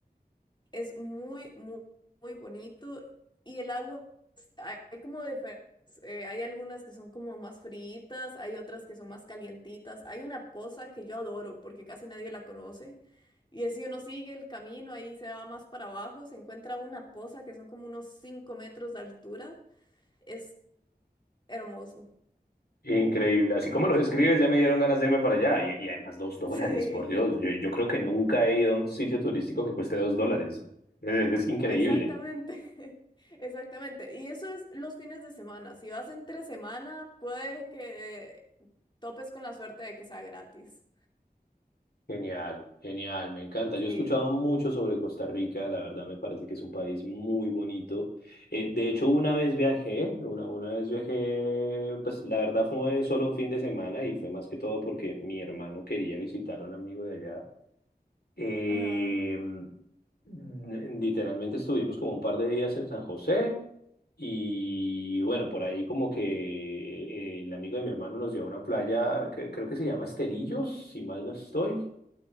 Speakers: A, on the left (about 30°); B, on the left (about 80°).
A: Es muy, muy, muy bonito. Y el agua, hay, hay como diferentes, eh, hay algunas que son como más fríitas, hay otras que son más calientitas. Hay una poza que yo adoro porque casi nadie la conoce. Y es si uno sigue el camino, ahí se va más para abajo, se encuentra una poza que son como unos 5 metros de altura. Es hermoso.
B: Increíble. Así como lo describes, ya me dieron ganas de irme para allá. Y, y además, dos dólares,
A: Sí,
B: por Dios. Yo, yo creo que nunca he ido a un sitio turístico que cueste dos dólares. <laughs> Es,
A: <laughs>
B: es increíble.
A: exactamente, <laughs> exactamente. Y eso es los fines de semana. Si vas entre semana, puede que topes con la suerte de que sea gratis.
B: Genial, genial, me encanta.
A: Sí,
B: Yo he escuchado mucho sobre Costa Rica, la verdad me parece que es un país muy bonito. Eh, de hecho, una vez viajé, una, una vez viajé, pues la verdad fue solo un fin de semana y fue más que todo porque mi hermano quería visitar a un amigo de allá. Eh,
A: ajá,
B: n- literalmente estuvimos como un par de días en San José y bueno, por ahí como que eh, el amigo de mi hermano nos llevó a una playa, que, creo que se llama Esterillos, si mal no estoy